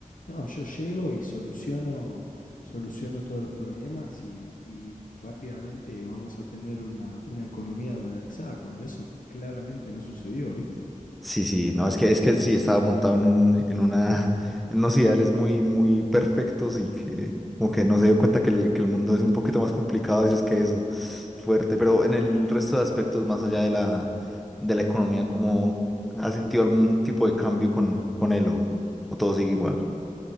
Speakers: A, on the left; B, in the centre.
A: no, yo llego y soluciono, soluciono todos los problemas y, y rápidamente vamos a tener una, una economía dolarizada, cuando eso claramente no sucedió, ¿viste?
B: Sí, sí, no, es que, es que sí estaba montado en un, en una, en unos ideales muy, muy perfectos y que como que no se dio cuenta que el, que el mundo es un poquito más complicado a veces que eso, fuerte, pero en el resto de aspectos más allá de la, de la economía, ¿cómo has sentido algún tipo de cambio con, con él o, o todo sigue igual?